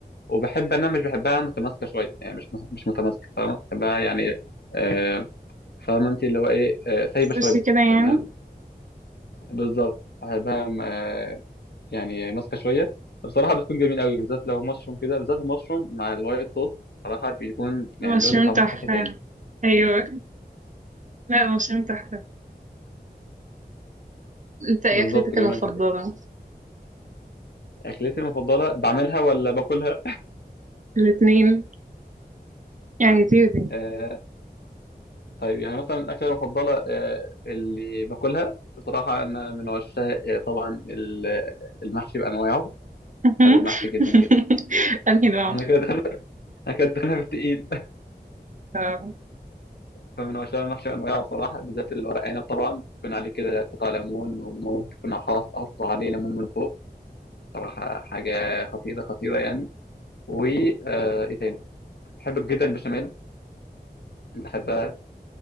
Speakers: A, on the left; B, on the right.
A: وبحب انا مش بحبها متماسكه شويه يعني مش مش متماسكه فاهمة؟ بحبها يعني آه، فاهمة انت اللي هو ايه آه، سايبة شوية
B: بس كده يعني
A: تمام بالظبط هيبقى آه، يعني ماسكة شوية بصراحة بتكون جميل قوي بالذات لو مشروم كده بالذات المشروم مع الوايت صوص صراحة بيكون يعني
B: مشروم
A: بيودي طعمه
B: تحفة
A: في حتة تاني
B: أيوة لا مشروم تحفة أنت إيه
A: بالظبط
B: أكلتك
A: جميلة
B: المفضلة؟
A: جدا أكلتي المفضلة بعملها ولا باكلها
B: الاتنين يعني دي ودي
A: آه طيب يعني مثلا الأكلة المفضلة آه اللي باكلها بصراحة أنا من عشاق آه، طبعا ال- المحشي بأنواعه
B: <laughs>
A: بحب المحشي جدا جدا
B: أنهي نوع؟
A: احنا كده دخلنا احنا كده دخلنا في التقيل
B: آه.
A: فمن عشاق المحشي أنواعه صراحة بالذات الورق عنب طبعا يكون عليه كده قطع ليمون وممكن تكون حاص حاصة عليه ليمون من فوق صراحة حاجة خطيرة خطيرة يعني و آه، إيه تاني بحب جدا البشاميل بحبها